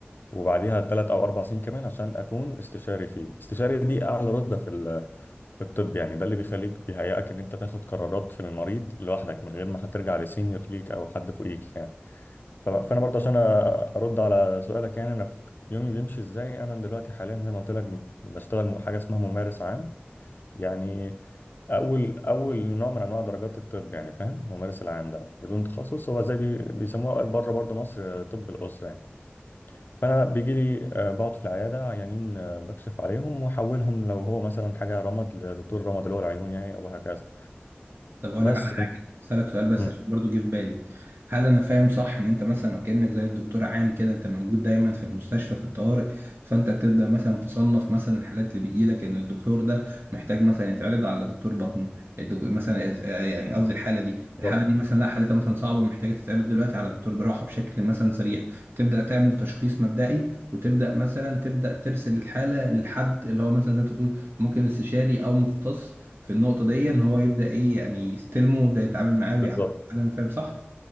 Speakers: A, on the left (about 55°); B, on the right (about 70°).
A: وبعديها ثلاث او اربع سنين كمان عشان اكون استشاري فيه استشاري دي اعلى رتبه في ال- في الطب يعني ده اللي بيخليك بيهيئك ان انت تاخد قرارات في المريض لوحدك من غير ما هترجع لسينيور ليك او حد فوقيك يعني ف- فانا برضه عشان أ- ارد على سؤالك يعني انا في يومي بيمشي ازاي انا دلوقتي حاليا زي ما قلت لك بشتغل حاجه اسمها ممارس عام يعني اول اول نوع من انواع درجات الطب يعني فاهم الممارس العام ده بدون تخصص هو زي بي- بيسموه بره برضه مصر آه، طب الاسره يعني فانا بيجي لي آه، بقعد في العياده عيانين آه، بكشف عليهم واحولهم لو هو مثلا حاجه رمد لدكتور رمد اللي هو العيون يعني او هكذا
B: طب هقول
A: بس
B: لك على حاجه
A: انت
B: اسالك سؤال بس
A: مم.
B: عشان برضو جه في بالي هل انا فاهم صح ان انت مثلا وكانك زي الدكتور عام كده انت موجود دايما في المستشفى في الطوارئ فانت بتبدا مثلا تصنف مثلا الحالات اللي بيجي لك ان الدكتور ده محتاج مثلا يتعرض على دكتور باطنه الدك- مثلا إز- آه يعني قصدي الحاله دي الحاله
A: بالظبط
B: دي مثلا لا حالتها مثلا صعبه محتاجه تتعرض دلوقتي على دكتور جراحه بشكل مثلا سريع تبدا تعمل تشخيص مبدئي وتبدا مثلا تبدا ترسل الحاله للحد اللي هو مثلا زي ما أنت بتقول ممكن استشاري او مختص في النقطة دي إن هو يبدأ إيه يعني يستلمه ويبدأ يتعامل معاه ويعامل
A: بالظبط
B: هل أنا فاهم صح؟